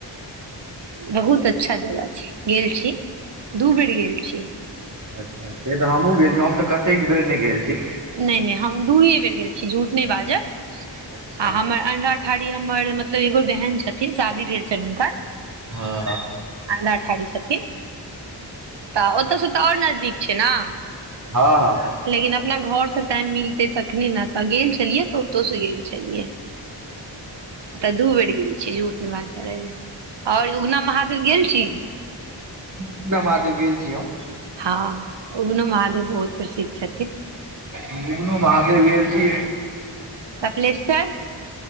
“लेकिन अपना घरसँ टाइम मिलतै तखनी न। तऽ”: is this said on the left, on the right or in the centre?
Right